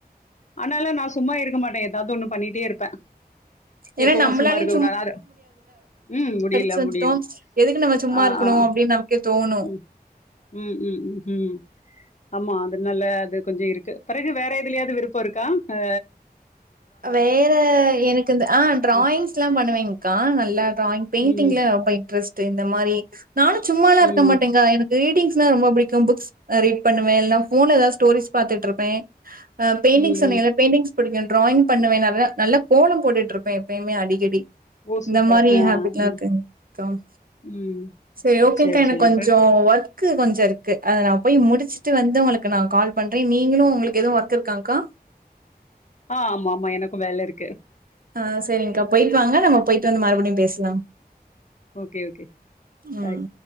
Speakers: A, on the left (about 45°); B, on the right (about 60°).
A: ஆனாலு நா சும்மாருக்க மாட்டே எதாவ்து ஒண்ணு பண்ணிட்டேருப்பே
B: ஏன்னா
A: எப்பவு
B: நம்மளாலயு
A: சும்மாருக்க கூடாதா ம் முடியல,
B: சேந்துட்டோம்
A: முடியல.
B: எதுக்கு நம்ம சும்மாருக்கணு
A: ஆ, ஆ.
B: அப்டின் நம்க்கே தோனு
A: ம். ம் ம் ம் ம் ஆமா அதுனால அது கொஞ்சோ இருக்கு பெறகு வேற எதுலயாது விருப்போருக்கா ஆ
B: வேற எனக்கு இந்த ஆ டிராயிங்ஸ்லா
A: ம்,
B: பண்ணுவேங்க்கா நல்லா டிராயிங் பெயிண்டிங்ல
A: ம்,
B: ரொம்ப இன்ட்ரெஸ்ட் இந்த மாரி நானு சும்மாலா இருக்க
A: ம்,
B: மாட்டேங்க எனக் ரீடிங்ஸ்னா ரொம்ப புடிக்கு புக்ஸ் ரீட் பண்ணுவே இல்லனா ஃபோன்ல எதாவ்து ஸ்டோரிஸ் பாத்துட்ருப்பே ஆ பெயிண்டிங்
A: ம்.
B: சொன்னீங்கள பெயிண்டிங்ஸ் புடிக்கு டிராயிங் பண்ணுவே நற்ரா நல்லா கோலோ போட்டுட்ருப்பே எப்பயுமே அடிக்கடி
A: ஓ!
B: இந்த
A: சூப்பர்.
B: மாரி
A: ஆ,
B: ஹேப்பிட்லா
A: ம்,
B: இருக்குங் தோம்
A: ம்.
B: சேரி ஓகேங்க்கா
A: சரி,
B: எனக்கு
A: சரி.
B: கொஞ்சோ
A: பிறகு
B: ஒர்க் க்கு கொஞ்ச இருக்கு அத நா போய் முடிச்சுட்டு வந்து உங்களுக்கு நா கால் பண்றே நீங்களு உங்களுக்கு எதுவு ஒர்க் இருக்காங்க்கா
A: ஆ ஆமாமா எனக்கு வேலருக்கு
B: ஆ செரிங்க்கா போய்ட்வாங்க நம்ம போய்ட்டு வந்து மறுப்டி பேசலா
A: ஓகே ஓகே
B: ம்.
A: பாய்